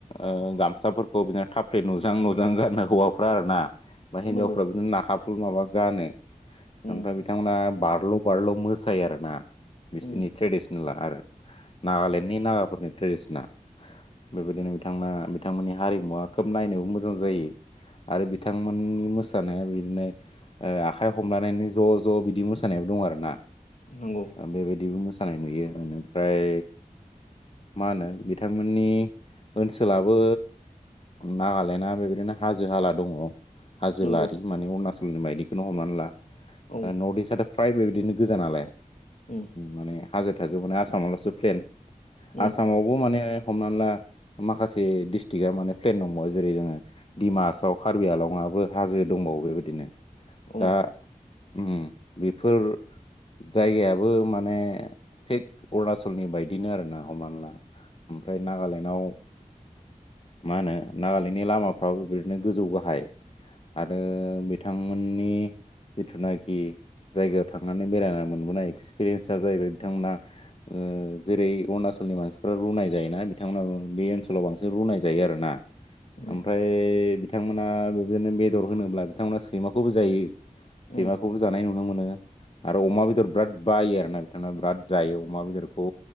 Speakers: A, on the left; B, on the left.
A: ओ गामसाफोरखौ बिदिनो थाफ्ले थाफ्ले नुजां नुजां गारनो हौवाफ्रा आरो ना बा हिनजावफ्राबो
B: नंगौ
A: बिदिनो नाखा फुल माबा गानो ओमफ्राय
B: उम
A: बिथांमोना बारल' बारल' मोसायो आरोना। बिसिनि
B: उम
A: ट्रेडिसनेला आरो नागालेण्डनि नागाफोरनि ट्रेडिसना बे बायदिनो बिथाङा बिथांमोननि हारिमुवा खोब नायनोबो मोजां जायो आरो बिथांमोननि मोसानाया बिदिनो ओ आखाइ खनानैनो ज' ज' बिदि मोसानाय दं आरोना
B: नंगौ
A: बेबायबो मो सानाय नुयो बेनिफ्राय मा होनो बिथांमोननि ओनसोलाबो नागालेण्डआ बेबायदिनो हाजो हाला दङ। हाजोलारि
B: नंगौ
A: माने अरुणाचलनि बायदिखौनो हमनानै ला
B: औ
A: नर्थ इस्टाथ' फ्राय बेबादिनो गोजा नालाय
B: उम
A: माने हाजो थाजो माने आसामाल'सो प्लेन
B: उम
A: आसामावबो माने हमनानै ला। माखासे दिडिस्ट्रिक्आ माने प्लेन नंबावा जेरै जोङो डिमासआव कार्बि आलङाबो हाजो दंबावो। बेबायदिनो
B: अ
A: दा उम बेफोर जायगायाबो माने थिग अरुणाचलनि बाय दिनो आरो ना हमानै ला ओमफ्राय नागालेण्डआव मा होनो नागालेण्डनि लामाफ्राबो बेबायदिनो गोजौ गाहाइ आरो बिथांमोननि जिथुनाखि जायगायाव थांनानै बेरायना मोनबोनाय एक्सपिरियेन्स जाहैबाय बिथांमोना। ओ जेरै अरुणाचलनि मानसिफ्रा रुनाय जायो ना बिथांमोनाबो बे ओनसोलाव बांसिन रुनाय जायो आरोना
B: उम
A: ओमफ्राय बिथांमोना बेबादिनो बेदर होनोब्ला बिथांमोना सैमाखौबो जायो। सैमाखौबो
B: उम
A: जानाय नुनो मोनो। आरो अमा बेदर बिराद बायो आरोना बिथाङा बिराद जायो अमा बेदरखौ